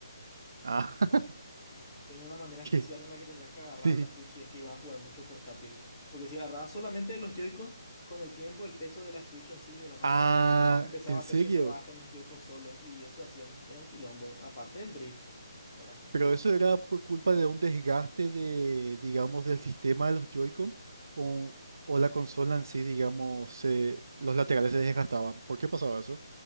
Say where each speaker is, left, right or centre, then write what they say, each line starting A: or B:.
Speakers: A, on the right; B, on the left.
A: Ah, <laughs>
B: Tenía una manera especial
A: ¿qué?
B: en la que tenías que agarrar
A: Sí.
B: la Switch y es que ibas a jugar mucho portátil. Porque si agarrabas solamente de los Joy-Con, con el tiempo, el peso de la Switch en sí, de la pantalla,
A: Ah,
B: empezaba
A: ¿en
B: a hacer
A: serio?
B: que se bajen los Joy-Con solos y eso hacía un- era un quilombo, aparte del drift, ¿verdad?
A: ¿Pero eso era por culpa de un desgaste de, digamos, del sistema de los Joy-Con o, o la consola en sí, digamos, se- los laterales se desgastaban? ¿Por qué pasaba eso?